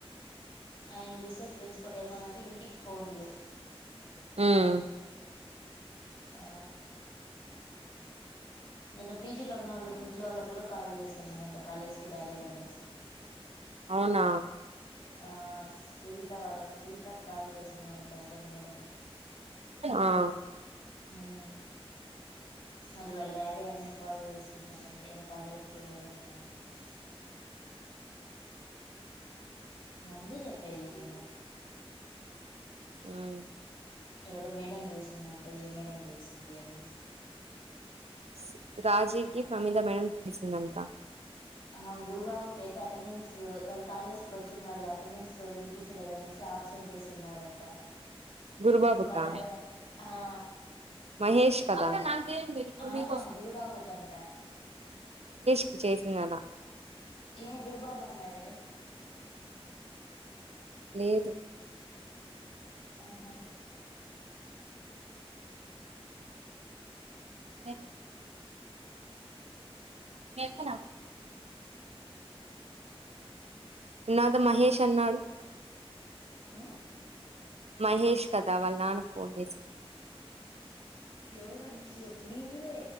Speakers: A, on the left; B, on the right.
A: ఆయన చూస్తే ప్రిన్సిపాల్ ఏమన్నాడంటే ఇంటికి ఫోన్లు
B: హ్మ్
A: ఆ నిన్న పీజీలో ఉన్నవాళ్ల ఇంట్లో వాళ్లకి కూడా కాల్ చేశాం మేడం ఇంకా కాలేజ్‌కి రాలేదు అనేసి
B: అవునా
A: ఆశ సుజిత వాళ్లకు సుజాతకు కాల్ చేస్తున్నారు అంట ఎవరో మేడం
B: ఆ
A: హ్మ్ మళ్లీ వాళ్ల డాడీ ఏమన్నా మీకే కాల్ చేస్తున్న నేను ఏం కాలేజ్‌కి పోలేదంటా అనేసి నందు చెప్పేది నిన్న.
B: హు.
A: ఎవరో మేడం జెసింది అంట, ఏ మేడం! జెసింది అనేసి.
B: ఈస. రాజీవ్‌కి పమీధ మేడం చేసిందంట.
A: ఆ గురుబాబు టెన్త్ అటెండెన్స్‌ వ వాడు కాలేజ్‌ వచ్చున్నాడు, అటెండెన్స్ వినిపించలేదని అనేసి అబ్సెంట్ వేస్తున్నారంట.
B: గురుబాబుకా
A: వాళ్ల డా హా,
B: మహేష్ కదా
A: వాళ్ల
B: ఇప్పుడు
A: ఆహా
B: నీకు వస్
A: గురుబాబు కంట.
B: ఇదిచేసిందట.
A: ఏమో గురుబాబు అనరే.
B: లేదు.
A: ఆహా.
B: తేకు. Take now. నాతో మహేష్ అన్నాడు.
A: ఆ.
B: మహేష్ కదా, వాళ్ల నాన్న ఫోన్ చేసింది.
A: ఎవరు అనేసి వీళ్లే